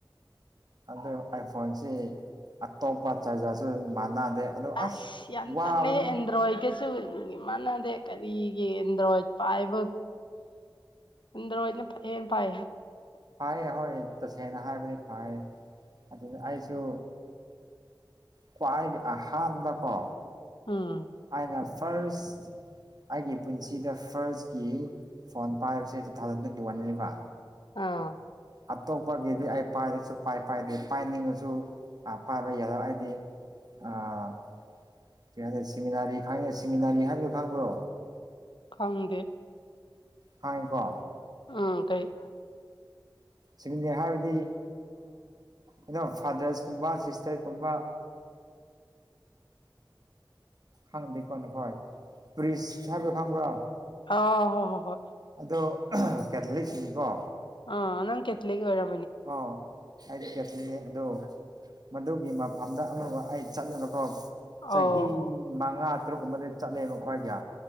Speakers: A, on the right; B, on the left.
A: ꯑꯗꯨ ꯑꯥꯏꯐꯣꯟꯁꯤ ꯑꯇꯣꯞꯄ ꯆꯥꯔꯖꯔꯁꯨ ꯃꯥꯟꯅꯗꯦ ꯑꯗꯣ
B: ꯑꯥꯏꯁ
A: ꯑꯁ
B: ꯌꯥꯝ
A: ꯋꯥꯕꯅꯤ
B: ꯇꯜꯂꯦ ꯑꯦꯟꯗ꯭ꯔꯣꯏꯠ ꯀ ꯁꯨ ꯃꯥꯟꯅꯗꯦ ꯀꯔꯤꯒꯤ ꯑꯦꯟꯗ꯭ꯔꯣꯏꯗ ꯄꯥꯏꯕ ꯑꯟꯗ꯭ꯔꯣꯏꯗꯅ ꯐꯍꯦ ꯄꯥꯏ
A: ꯐꯌꯦ ꯍꯣꯏ ꯇꯁꯦꯡꯅ ꯍꯥꯏꯕꯅꯤ ꯐꯥꯏ ꯑꯗꯨ ꯑꯩꯁꯨ ꯈ꯭ꯋꯥꯏꯒꯤ ꯑꯍꯥꯟꯕ ꯀꯣ
B: ꯎꯝ
A: ꯑꯩꯅ ꯐꯥꯔꯁ ꯑꯩꯒꯤ ꯄꯨꯟꯁꯤꯗ ꯐꯥꯔꯁꯀꯤ ꯐꯣꯟ ꯄꯥꯏꯕꯁꯦ ꯇꯨ ꯊꯥꯎꯖꯟ ꯇ꯭ꯋꯦꯟꯇꯤ ꯋꯥꯟꯅꯦꯕ
B: ꯑꯥ
A: ꯑꯇꯣꯞꯄꯒꯤꯗꯤ ꯑꯩ ꯄꯥꯏꯔꯁꯨ ꯄꯥꯏ ꯄꯥꯏꯗꯦ ꯄꯥꯏꯅꯤꯡꯉꯁꯨ ꯄꯥꯏꯕ ꯌꯥꯗ ꯑꯩꯗꯤ ꯑ ꯀꯩ ꯍꯥꯏꯗꯣ ꯁꯤꯃꯤꯅꯥꯔꯤ ꯈꯪꯉꯦ ꯁꯤꯃꯤꯅꯥꯔꯤ ꯍꯥꯏꯕꯗꯨ ꯈꯪꯕ꯭ꯔꯣ
B: ꯈꯪꯗꯦ
A: ꯈꯪꯉꯦꯀꯣ
B: ꯎꯝ ꯀꯩ
A: ꯁꯤꯝꯃꯤꯅꯤ ꯍꯥꯏꯕꯗꯤ ꯀꯩꯅꯣ ꯐꯥꯗꯔꯁꯀꯨꯝꯕ ꯁꯤꯁꯇꯔ ꯀꯨꯝꯕ ꯈꯪꯗꯦꯀꯣ ꯅꯈꯣꯏ ꯄ꯭ꯔꯤꯁꯠ ꯍꯥꯏꯕꯗꯣ ꯈꯪꯕ꯭ꯔꯣ
B: ꯑꯥ ꯍꯣ ꯍꯣ ꯍꯣꯏ
A: ꯑꯗꯣ ꯀꯦꯊꯂꯤꯛꯁꯤꯡꯒꯤꯀꯣ
B: ꯑ ꯅꯪ ꯀꯦꯊꯂꯤꯛ ꯑꯣꯏꯔ
A: ꯑ ꯑꯩꯗꯤ ꯀꯦꯊꯂꯤꯅꯤ ꯑꯗꯣ ꯃꯗꯨꯒꯤ ꯃꯐꯝꯗ ꯑꯃ ꯑꯩ ꯆꯠꯂꯦꯕꯀꯣ ꯆꯍꯤ
B: ꯑꯣ ꯑꯧ ꯑꯣ
A: ꯃꯉꯥ ꯇꯔꯨꯛꯀꯨꯝꯕꯗꯤ ꯆꯠꯂꯦ ꯃꯈꯣꯏꯒ